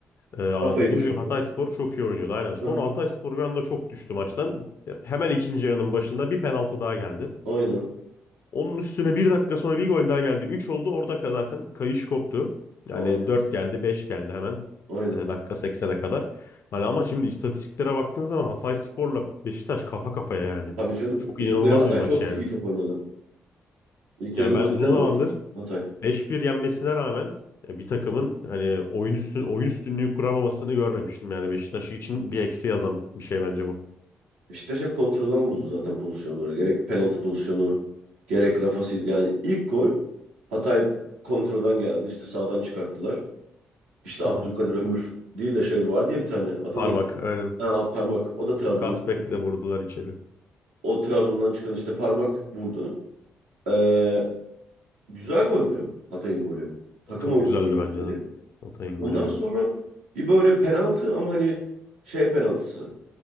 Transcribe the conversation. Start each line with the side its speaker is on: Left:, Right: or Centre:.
Left: e,
Right: Kafayı
Left: dediğimiz
Right: düşündüler.
Left: gibi Hatayspor çok iyi oynuyordu. Aynen. Sonra
Right: Hı hı.
Left: Hatayspor bir anda çok düştü maçtan. Hemen ikinci yarının başında bir penaltı daha geldi.
Right: Aynen.
Left: Onun üstüne bir dakika sonra bir gol daha geldi. üç oldu. Orada ka- zaten kayış koptu. Yani
Right: Aynen.
Left: 4 geldi, 5 geldi hemen.
Right: Aynen.
Left: e, dakika seksene kadar. Hani ama şimdi istatistiklere baktığın zaman Hatayspor'la Beşiktaş kafa kafaya yani.
Right: Tabii canım.
Left: Çok
Right: İlk
Left: inanılmaz
Right: yarı Hatay
Left: bir maç
Right: çok
Left: yani.
Right: iyi top oynadı. İlk
Left: Yani
Right: yarı muhteşem
Left: ben uzun zamandır
Right: demek. Hatay.
Left: beş bir yenmesine rağmen e, bir takımın hani oyun üstün oyun üstünlüğü kuramamasını görmemiştim. Yani Beşiktaş için bir eksi yazan bir şey bence bu.
Right: Beşiktaş hep kontradan buldu zaten pozisyonları. Gerek penaltı pozisyonu, gerek Rafa Silva. Yani ilk gol Hatay kontradan geldi. İşte sağdan çıkarttılar. İşte Abdülkadir
Left: Hı hı.
Right: Ömür değil de şey var diye bir tane. Adı
Left: Parmak
Right: neydi?
Left: aynen.
Right: Ha, parmak. O da Trabzon.
Left: Cutback'le vurdular içeri.
Right: O Trabzon'dan çıkan işte parmak vurdu. Ee, Güzel goldü Hatay'ın golü. Takım
Left: Çok
Right: oyunu
Left: güzeldi
Right: golü
Left: bence
Right: yani.
Left: de. Hatay'ın
Right: Ondan
Left: golü aynen.
Right: sonra bir böyle penaltı ama hani şey penaltısı.